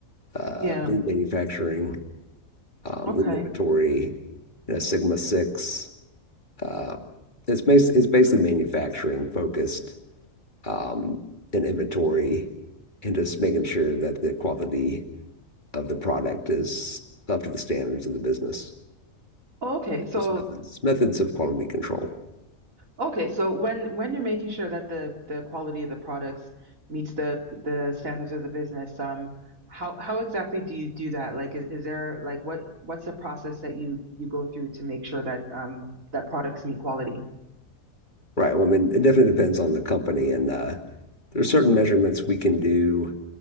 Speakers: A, on the left; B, on the right.
A: uh,
B: Yeah.
A: lean manufacturing, um,
B: Okay.
A: lean inventory, you know, Sigma Six. Uh, it's bas it's basically manufacturing focused, um, and inventory and just making sure that the quality of the product is up to the standards of the business.
B: Oh, okay. So,
A: Just methods, methods of quality control.
B: Okay, so when when you're making sure that the the quality of the products meets the the standards of the business, um, how how exactly do you do that? Like, is, is there like what what's the process that you you go through to make sure that um that products meet quality?
A: Right. Well, I mean, it definitely depends on the company, and uh, there are certain measurements we can do.